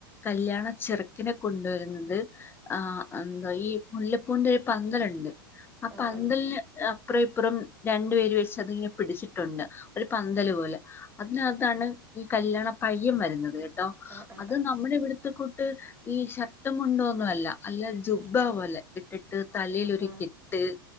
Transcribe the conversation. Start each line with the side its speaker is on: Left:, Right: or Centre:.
Left: കല്യാണ ചെറുക്കനെ കൊണ്ടുവരുന്നത് ആഹ് എന്താ ഈ മുല്ലപ്പൂന്റെ ഒരു പന്തല്ണ്ട് ആ
Right: ആഹ്
Left: പന്തലിന്
Right: ആഹ്
Left: അപ്പുറം ഇപ്പുറം രണ്ടു പേര് വെച്ച് അതിങ്ങനെ പിടിച്ചിട്ടുണ്ട്. ഒരു പന്തല് പോലെ അതിനകത്താണ് ഈ കല്യാണ പയ്യൻ വരുന്നത് കേ ട്ടോ
Right: ആഹ് ആഹ്
Left: അത്
Right: ആഹ്
Left: നമ്മുടെ ഇവിടുത്ത കൂട്ട് ഈ ഷർട്ടും മുണ്ടുമൊന്നു അല്ല. അല്ല ജുബ്ബാ
Right: ഉം
Left: പോലെ അല്ലെ ഇട്ടിട്ട് തലേലൊരു
Right: ആഹാ
Left: കെട്ട്